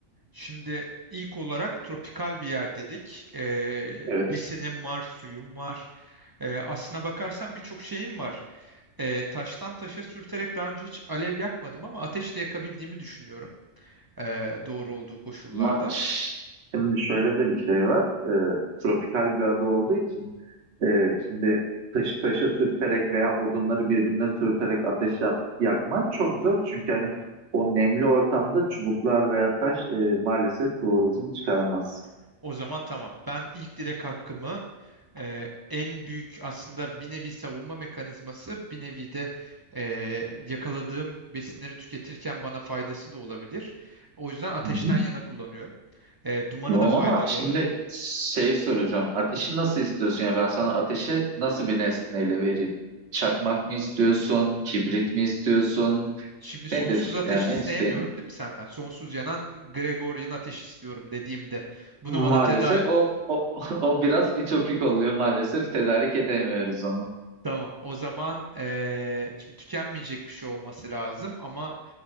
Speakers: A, on the right (about 35°); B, on the right (about 60°).
A: Şimdi ilk olarak tropikal bir yer dedik. Ee,
B: Evet.
A: besinim var, suyum var. Ee, aslına bakarsan birçok şeyim var. Ee, taştan taşa sürterek daha önce hiç alev yakmadım ama ateş de yakabildiğimi düşünüyorum. Ee, doğru olduğu koşullarda.
B: Ama şimdi şöyle de bir şey var. Ee, tropikal bir ada olduğu için Ee, şimdi taşı taşı sürterek veya odunları birbirine sürterek ateş yap- yakman çok zor. Çünkü hani o nemli ortamda çubuklar veya taş e, maalesef kıvılcım çıkarmaz.
A: Hmm. O zaman tamam. Ben ilk dilek hakkımı e, en büyük aslında bir nevi savunma mekanizması, bir nevi de e, yakaladığım besinleri tüketirken bana faydası da olabilir. O yüzden ateşten
B: Hı hı.
A: yana kullanıyorum. E, dumanı
B: Tamam
A: da faydalı
B: ama şimdi
A: olur.
B: şey soracağım. Ateşi nasıl istiyorsun? Ya ben sana ateşi nasıl bir nesneyle vereyim? Çakmak mı istiyorsun? Kibrit mi istiyorsun?
A: Şimdi sonsuz
B: Nedir
A: ateş
B: yani
A: isteyemiyorum
B: isteğin?
A: değil mi senden? Sonsuz yanan Gregorian ateş istiyorum dediğimde bunu
B: Maalesef
A: bana teda
B: o o, <laughs> o biraz ütopik oluyor maalesef. Tedarik edemiyoruz onu.
A: Tamam. O zaman eee, şimdi tükenmeyecek bir şey olması lazım ama